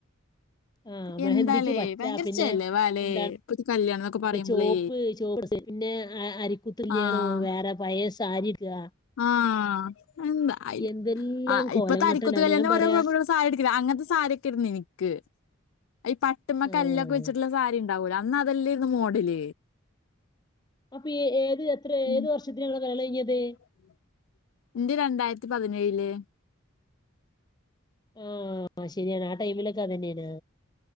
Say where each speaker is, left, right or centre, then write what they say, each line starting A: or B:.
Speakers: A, on the left; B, on the left.
A: ആഹ് മെഹന്ദിക്ക്
B: എന്താലേ
A: പച്ച
B: ഭയങ്കര
A: പിന്നെ
B: ചെലവാലേ
A: എന്താണ്
B: ഇപ്പത്തെ കല്യാണംന്നൊക്കെ പറയുമ്പളേ
A: ചുവപ്പ് ചുവപ്പിട പിന്നെ ആഹ് അരിക്കുത്ത്ല്യാണോ
B: ആഹ്
A: വേറെ പഴേ സാരിയെടുക്ക
B: ആഹ് എന്താ അയിന്
A: എന്തെല്ലാം
B: ആഹ്
A: കോലം
B: ഇപ്പൊത്തെ
A: കെട്ടലാണ്
B: അരിക്കുത്ത് കല്യാണാതിന്
A: ഞാൻ പറയാ
B: ഓരോ പെൺകുട്ടിയോൾ സാരി എടു ക്കിലെ അങ്ങനത്തെ സാരിയൊക്കെയിരുന്നു ഇന്ക്ക് ഈ പട്ടുമ്മ
A: ആഹ്
B: കല്ലൊക്കെ വെച്ചിട്ടുള്ള സാരിണ്ട് ണ്ടാവൂലാ അന്ന് അതെല്ലേരുന്ന് മോഡല്
A: അപ്പൊ ഏത് എത്ര
B: ഉം
A: ഏത് വർഷത്തിലാ ഇങ്ങടെ കല്യാണം കഴിഞ്ഞത്
B: <inaudible> ഇന്റെ രണ്ടായിരത്തി പതിനേഴ്ല്
A: ആഹ് ശരിയാണ് ആഹ് ടൈമിലൊക്കെ അതന്നെ ആയിന്നു